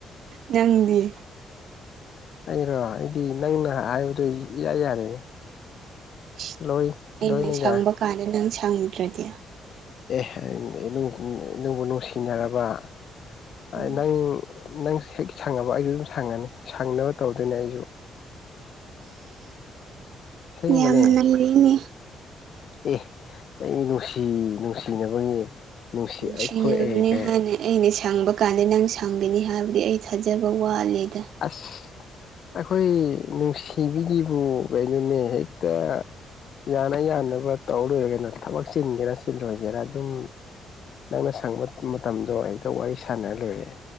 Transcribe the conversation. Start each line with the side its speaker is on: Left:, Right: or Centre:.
Right: ꯅꯪꯗꯤ
Left: ꯑꯩꯔꯣ ꯑꯩꯗꯤ ꯅꯪꯅ ꯍꯥꯏꯕꯗꯣ ꯏꯌꯥ ꯌꯥꯔꯦꯅꯦ
Right: ꯢꯁ
Left: ꯂꯣꯏ ꯂꯣꯏꯅ
Right: ꯑꯩꯅ ꯁꯪꯕ
Left: ꯌꯥꯏ
Right: ꯀꯥꯟꯗ ꯅꯪ ꯁꯪꯗ꯭ꯔꯗꯤ
Left: ꯑꯦ <unintelligible> ꯅꯨꯡꯕꯨ ꯅꯨꯡꯁꯤꯅꯔꯕꯥ ꯑ
Right: ꯎꯝ
Left: ꯅꯪ ꯅꯪꯁꯨ ꯍꯦꯛ ꯁꯪꯉꯕ ꯑꯩꯖꯨ ꯑꯗꯨꯝ ꯁꯪꯉꯅꯤ ꯁꯪꯅꯕ ꯇꯧꯗꯨꯢꯅꯦ ꯑꯩꯖꯨ ꯁꯦꯡꯕꯅꯦ
Right: ꯌꯥꯝ ꯅꯩꯔꯦꯅꯦ
Left: ꯑꯦ ꯑꯩ ꯅꯨꯡꯁꯤ ꯅꯨꯡꯁꯤꯅꯕꯒꯤ ꯅꯨꯡꯁꯤ
Right: ꯅꯨꯡꯁꯤꯅꯕꯅꯦ
Left: ꯑꯩꯈꯣꯏ ꯑꯦ ꯀꯩ
Right: ꯍꯥꯏꯅꯤ ꯑꯩꯅ ꯁꯪꯕ ꯀꯥꯟꯗ ꯅꯪ ꯁꯪꯒꯅꯤ ꯍꯥꯏꯕꯗꯤ ꯑꯩ ꯊꯥꯖꯕ ꯋꯥꯠꯂꯤꯗ
Left: ꯑꯁ ꯑꯈꯣꯏ ꯅꯨꯡꯁꯤꯕꯤꯒꯤꯕꯨ ꯀꯩꯅꯣꯅꯦ ꯍꯦꯛꯇ ꯌꯥꯅ ꯌꯥꯅꯕ ꯇꯧꯔ ꯂꯣꯏꯔꯦ ꯀꯩꯅꯣ ꯊꯕꯛ ꯆꯤꯟꯒꯦꯔꯥ ꯆꯤꯜꯂꯣꯏꯒꯦꯔꯥ ꯑꯗꯨꯝ ꯅꯪꯅ ꯁꯪꯕ ꯃꯇꯝꯗꯣ ꯍꯦꯛꯇ ꯋꯥꯔꯤ ꯁꯥꯟꯅꯔ ꯂꯣꯏꯔꯦ